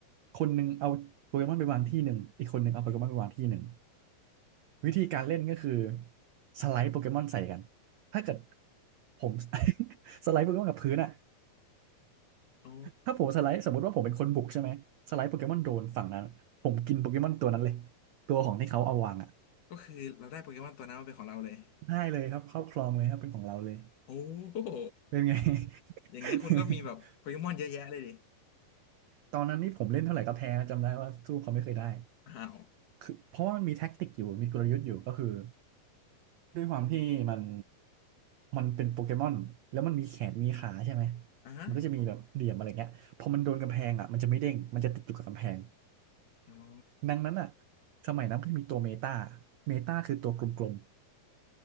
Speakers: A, on the right; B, on the left.
A: คนหนึ่งเอาโปเกมอนไปวางที่หนึ่ง อีกคนหนึ่งเอาโปเกมอนไปวางที่หนึ่ง วิธีการเล่นก็คือสไลด์โปเกมอนใส่กันถ้าเกิดผม <laughs> สไลด์โปเกมอนกับพื้นอะ
B: โอ้
A: ถ้าผมสไลด์สมมติว่าผมเป็นคนบุกใช่ไหมสไลด์โปเกมอนโดนฝั่งนั้นผมกินโปเกมอนตัวนั้นเลยตัวของที่เขาเอาวางอ่ะ
B: ก็คือเราได้โปเกมอนตัวนั้นมาเป็นของเราเลย
A: ได้เลยครับเข้าครองเลยครับเป็นของเราเลย
B: โอ้โห
A: เป็นไง
B: อย่างเงี้ยคุณก็มีแบบโปเกมอนเยอะแยะเลยดิ
A: <laughs> ตอนนั้นนี่ผมเล่นเท่าไหร่ก็แพ้นะจำได้ว่าสู้เขาไม่เคยได้
B: อ้าว
A: คือเพราะว่ามันมีแท็กติกอยู่มีกลยุทธ์อยู่ก็คือด้วยความที่มันมันเป็นโปเกมอนแล้วมันมีแขนมีขาใช่ไหม
B: อ่ะ
A: มันก็จะมีแบบเหลี่ยมอะไรเงี้ยพอมันโดนกำแพงอ่ะมันจะไม่เด้งมันจะติดอยู่กับกำแพง
B: อ๋อ
A: ดังนั้นอ่ะสมัยนั้นมันจะมีตัวเมตาเมตาคือตัวกลม